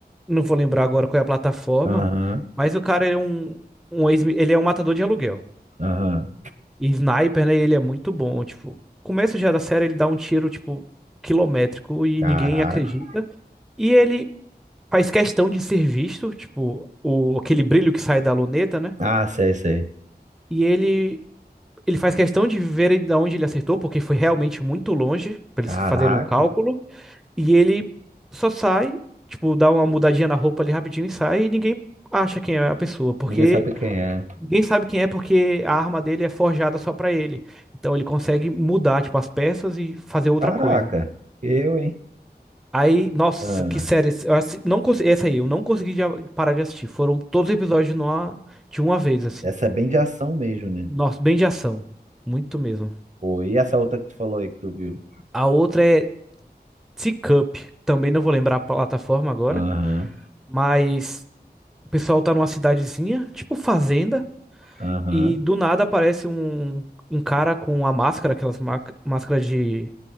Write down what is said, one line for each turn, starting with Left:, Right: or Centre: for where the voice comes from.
Centre: Não vou lembrar agora qual é a plataforma,
Right: Aham,
Centre: mas o cara ele é um, um ex, ele é um matador de aluguel.
Right: aham.
Centre: E sniper, né, ele é muito bom. Tipo, começo já da série, ele dá um tiro, tipo, quilométrico e
Right: Caraca.
Centre: ninguém acredita. E ele faz questão de ser visto, tipo, o, aquele brilho que sai da luneta, né?
Right: Ah, sei, sei.
Centre: E ele Ele faz questão de ver de onde ele acertou, porque foi realmente muito longe para
Right: Caraca.
Centre: eles fazerem o cálculo. E ele só sai, tipo, dá uma mudadinha na roupa ali rapidinho e sai, e ninguém acha quem é a pessoa, porque
Right: Ninguém sabe quem é.
Centre: ninguém sabe quem é, porque a arma dele é forjada só pra ele. Então ele consegue mudar, tipo, as peças e fazer outra
Right: Caraca.
Centre: coisa.
Right: Eu, hein?
Centre: Aí, nossa,
Right: Ah,
Centre: que série. Eu assi- não consegui, essa aí, eu não consegui de- parar de assistir. Foram todos os episódios numa, de uma vez, assim.
Right: essa é bem de ação mesmo, né?
Centre: Nossa, bem de ação. Muito mesmo.
Right: Pô, e essa outra que tu falou aí que tu viu?
Centre: A outra é Teacup, também não vou lembrar a plataforma agora,
Right: Aham,
Centre: mas o pessoal tá numa cidadezinha, tipo fazenda,
Right: aham.
Centre: e do nada aparece um, um cara com a máscara, aquelas ma- máscaras de